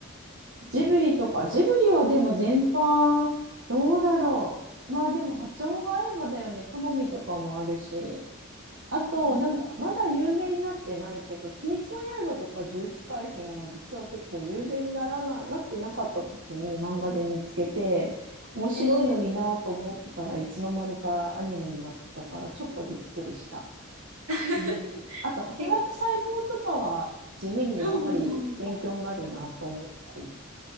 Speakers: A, on the right; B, on the right.
A: ジブリとか、ジブリはでも全般、どうだろう。まあでも波長が合えばだよね。好みとかもあるし。あと、
B: うん
A: なんか、まだ有名になってないけど、鬼滅の刃とか呪術廻戦は実は結構有名にならな、なってなかった時に漫画で見つけて、面白いのになぁと思ってたらいつの間にかアニメになってたから、
B: えー、
A: ちょっとびっくりした。
B: <laughs>
A: うん、あと、働く細胞とかは地味にやっぱり勉強になるなと思ったり。
B: 結構、うん。